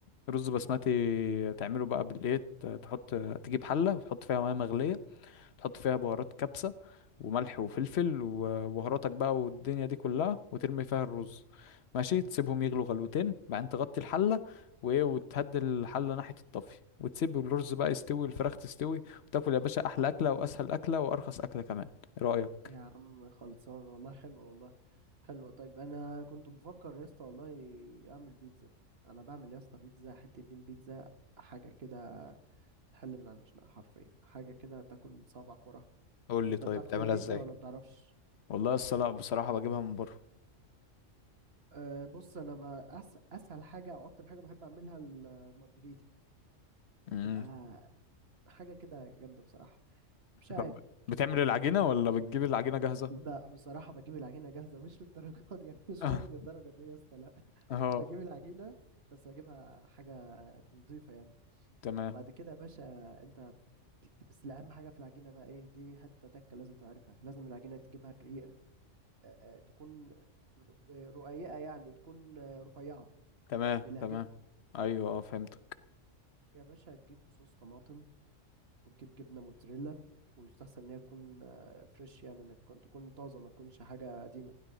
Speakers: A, on the left (about 60°); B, on the right (about 55°).
A: رز بسمتي تعمله بقى بالايه ت- تحط تجيب حله وتحط فيها ميه مغليه تحط فيها بهارات كبسه وملح وفلفل وبهاراتك بقى والدنيا دي كلها وترمي فيها الرز ماشي تسيبهم يغلوا غلوتين بعدين تغطي الحله وايه وتهدي الحله ناحيه الطفي وتسيب الرز بقى يستوي الفراخ تستوي وتاكل يا باشا احلى اكله واسهل اكله وارخص اكله كمان ايه رايك
B: يا عم خلصان والله حلو والله حلو طيب أنا كنت بفكر يا اسطى والله أعمل بيتزا أنا بعمل يا اسطى بيتزا حتة دين بيتزا حاجة كده تحل من على المشنقة حرفيا حاجة كده تاكل صابعك وراها
A: قول
B: أنت
A: لي طيب
B: بتعرف
A: بتعملها
B: تعمل بيتزا
A: ازاي
B: ولا مبتعرفش
A: والله الصلاة بصراحة بجيبها من بره
B: أه بص انا بقى أس... اسهل حاجه او اكتر حاجه بحب اعملها المارجريتا
A: امم
B: تبقى حاجه كده جامده بصراحه مش عارف
A: طب بتعمل
B: انت
A: العجينة ولا بتجيب العجينة جاهزة
B: لا بصراحه بجيب العجينه جاهزه <laughs> مش للدرجه دي انا مش
A: <laughs>
B: فاضي للدرجه دي يا اسطى لا
A: اه
B: بجيب العجينه بس بجيبها حاجه نظيفه يعني
A: تمام
B: بعد كده يا باشا انت بس اهم حاجه في العجينه بقى ايه دي حته تكه لازم تعرفها لازم العجينه تجيبها رقيقه أه تكون ر- رقيقه يعني تكون آه، رفيعه
A: تمام
B: بلهجتكم
A: تمام ايوه اه فهمتك
B: يا باشا تجيب صوص طماطم وتجيب جبنة موتزاريلا ويستحسن إن هي تكون آه، فريش يعني ما تكون تكون طازة ما تكونش حاجة قديمة